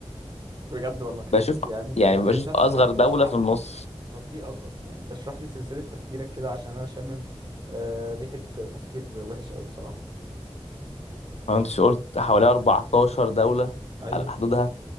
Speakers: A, on the right; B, on the left.
A: بجد والله
B: بشوف
A: يعني
B: يعني بشوف
A: انت اشرح
B: اصغر دوله
A: اشرح
B: في النص
A: لي سلس- طب ليه اصغر يعني انت اشرح لي سلسلة تفكيرك كده عشان انا شامم آه ريحة تفكير وحش قوي بصراحة
B: ما انتش قلت حواليها 14 دوله
A: ايوه
B: على حدودها